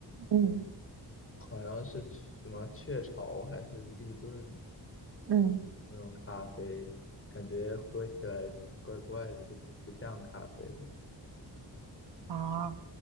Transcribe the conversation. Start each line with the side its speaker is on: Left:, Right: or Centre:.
Right: 嗯
Left: 好像是雀什么雀巢还是立顿。
Right: 嗯
Left: 那种咖啡，感觉喝起来怪怪的，就不像咖啡。
Right: 啊，